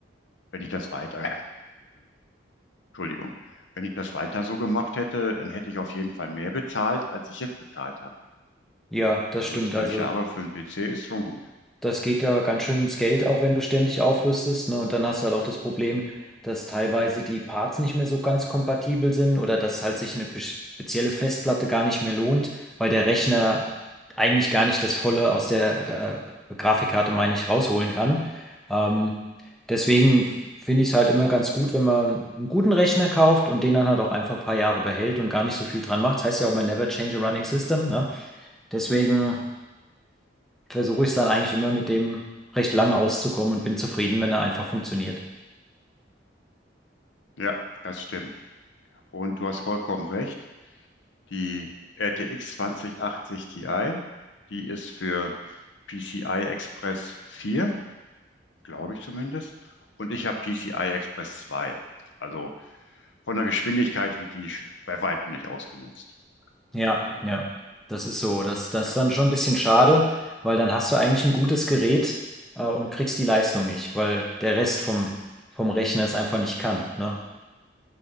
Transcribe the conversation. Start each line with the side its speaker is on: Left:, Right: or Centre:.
Left: wenn ich das weiter Entschuldigung. Wenn ich das weiter so gemacht hätte, dann hätte ich auf jeden Fall mehr bezahlt, als ich jetzt bezahlt habe.
Centre: Ja, das
Left: Also
Centre: stimmt.
Left: zwölf
Centre: Also
Left: Jahre für einen PC ist schon gut.
Centre: Das geht da ganz schön ins Geld,
Left: Ja,
Centre: auch wenn du ständig aufrüstest, ne? Und dann hast du halt auch das Problem, dass teilweise die Parts nicht mehr so ganz kompatibel sind oder dass halt sich eine bes- spezielle Festplatte gar nicht mehr lohnt, weil der Rechner eigentlich gar nicht das Volle aus der äh, Grafikkarte, meine ich, rausholen kann. Ähm, deswegen finde ich es halt immer ganz gut, wenn man einen guten Rechner kauft und den dann halt auch einfach ein paar Jahre behält und gar nicht so viel dran macht. Das heißt ja auch mal Never Change a Running System, ne? Deswegen versuche ich es dann eigentlich immer mit dem recht lange auszukommen und bin zufrieden, wenn er einfach funktioniert.
Left: ja, das stimmt. Und du hast vollkommen recht. Die RTX 2080 Ti, die ist für PCI Express 4, glaube ich zumindest. Und ich habe PCI Express 2. Also von der Geschwindigkeit wird die sch- bei weitem nicht ausgenutzt.
Centre: Ja,
Left: Also,
Centre: ja, das ist so. Das, das
Left: ja.
Centre: ist dann schon ein bisschen schade, weil dann hast du eigentlich ein gutes Gerät, äh, und kriegst die Leistung nicht, weil der Rest vom, vom Rechner es einfach nicht kann, ne?